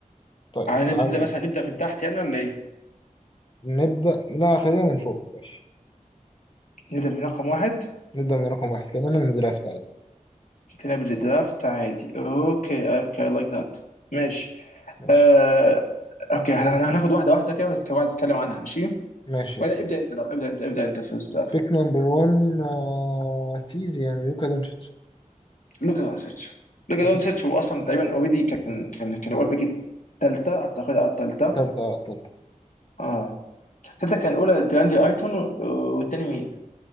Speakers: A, on the left (about 35°); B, on the left (about 70°).
A: طيب
B: عايز
A: تعالى
B: نبدا مثلا
A: نبدأ
B: نبدا من تحت يعني ولا ايه
A: نبدأ لا خلينا من فوق ماشي
B: نبدا من رقم واحد
A: نبدأ من رقم واحد كأننا من درافت عادي
B: كلاب الدرافت عادي اوكي اوكي لايك ذات ماشي
A: ماشي
B: آه... اوكي هن- هناخد واحده واحده كده ونتكلم عنها ماشي
A: ماشي
B: ولا
A: يلا
B: ابدا انت لو ابدا انت ابدا انت فيرست
A: بيك نمبر 1 آه سيزي يعني لوكا دونتش
B: لوكا دونتش لوكا
A: أكيد
B: دونتش هو اصلا تقريبا اوريدي كان كان كان هو البيك الثالثه اعتقد اه الثالثه
A: تالتة اه التالتة
B: اه الثالثه كان الاولى دراندي ايتون و- والتاني مين؟